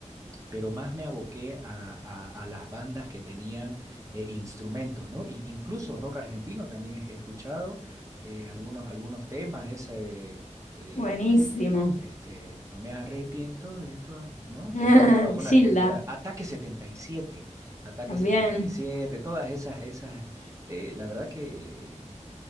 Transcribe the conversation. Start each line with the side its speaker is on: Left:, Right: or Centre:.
Right: pero más me aboqué a, a- a las bandas que tenían eh, instrumentos, ¿no? I- incluso rock argentino también he he escuchado eh, algunos, algunos temas, ese de, de
Left: Buenísimo.
Right: no, este, no me arrepiento de tu amor, ¿no?
Left: <laughs>
Right: Que cantaba una
Left: Gilda.
Right: que, que era Ataque 77, Ataque
Left: También,
Right: 77, todas esas, esas, eh, la verdad que